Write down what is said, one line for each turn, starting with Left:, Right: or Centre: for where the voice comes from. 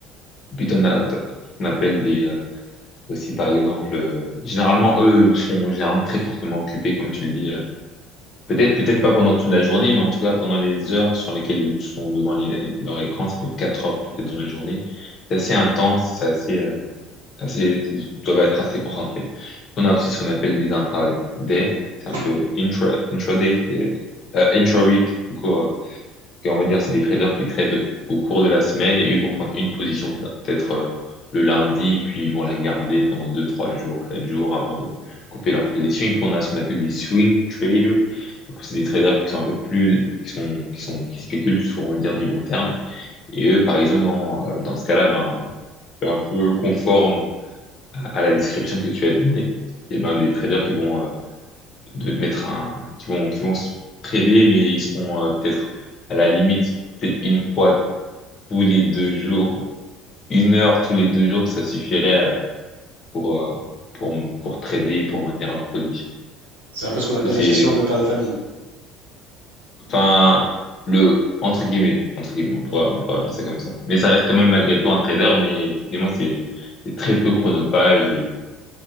Left: Et puis, t'en as, t'en- qu'on appelle des euh, aussi, par exemple, euh, généralement, eux seront généralement très fortement occupés, comme tu le dis. euh. Peut-être, peut-être pas pendant toute la journée, mais en tout cas pendant les heures sur lesquelles ils sont devant les, leur écran, ça peut être quatre heures peut-être dans la journée. C'est assez intense, c'est assez, euh, assez, ils doivent être assez concentrés. On a aussi ce qu'on appelle des intraday, c'est un
Right: Mm.
Left: peu intra, intraday, c'est, euh, intra-week, du coup, euh, et on va dire, c'est des traders qui tradent au cours de la semaine et eux, ils vont prendre une position peut-être euh, le lundi, puis ils vont la garder pendant deux, trois jours, quatre jours avant de couper leur position. Et puis on a ce qu'on appelle des swing traders. Donc c'est des traders qui sont un peu plus, qui sont, qui sont, qui spéculent sur, on va dire, du long terme. Et eux, par exemple, dans, euh, dans ce cas-là, ben, c'est un peu conforme à, à la description que tu as donnée. Et ben, des traders qui vont euh, de mettre un, qui vont, qui vont se priver, mais ils seront euh, peut-être à la limite, peut-être une fois tous les deux jours, une heure tous les deux jours, ça suffirait euh, pour, euh, pour, pour trader, pour maintenir leur position.
Right: C'est un peu ce
Left: Du
Right: qu'on appelle
Left: coup, c'est,
Right: la gestion de père de famille.
Left: enfin, le, entre guillemets, entre guillemets, on pourrait,
Right: Mm.
Left: on pourrait appeler ça comme ça. Mais ça reste quand même malgré tout un trader, mais effectivement, c'est, c'est très peu chronophage et,